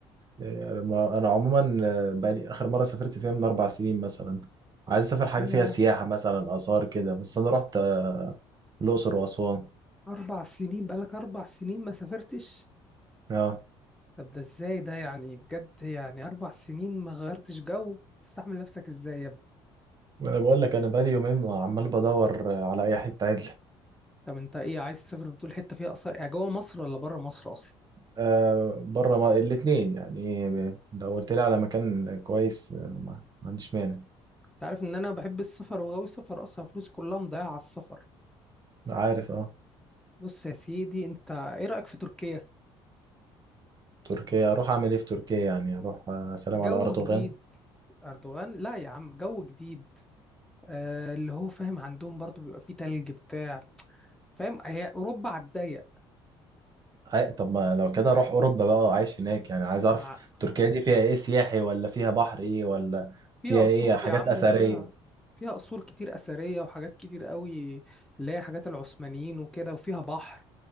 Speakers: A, on the right (about 35°); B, in the centre.
A: آه، ما- انا عموما آه، بقالي اخر مره سافرت فيها من اربع سنين مثلا عايز اسافر حاجه
B: ياه
A: فيها سياحه مثلا اثار كده بس انا رحت آه، الاقصر واسوان
B: اربع سنين بقالك اربع سنين ما سافرتش
A: اه
B: طب ده ازاي ده يعني بجد يعني اربع سنين ما غيرتش جو تستحمل نفسك ازاي يا ابني
A: وانا بقول لك انا بقالي يومين عمال بدور آه، على اي حته
B: طب انت ايه عايز تسافر بتقول حته فيها اثار يعني جوه مصر ولا بره مصر اصلا
A: آه بره ما... الاثنين يعني ب- لو قلت لي على مكان كويس آه، ما ما عنديش مانع
B: انت عارف ان انا بحب السفر وغاوي سفر اصلا فلوسي كلها مضيعه على السفر
A: عارف اه
B: بص يا سيدي انت ايه رايك في تركيا
A: تركيا اروح اعمل ايه في تركيا يعني اروح آه، سلام
B: جو
A: على اردوغان
B: جديد اردوغان لا يا عم جو جديد آه، اللي هو فاهم عندهم برضو بيبقى فيه تلج بتاع فاهم هي أوروبا على الضيق
A: أي... طب ما لو كده اروح اوروبا بقى عايش هناك يعني عايز اعرف
B: ع-
A: تركيا دي فيها ايه سياحي ولا فيها بحر ايه ولا
B: فيها
A: فيها
B: قصور
A: ايه حاجات
B: يا عم
A: اثريه
B: وفيها فيها قصور كتير أثرية وحاجات كتير قوي اللي هي حاجات العثمانيين وكده وفيها بحر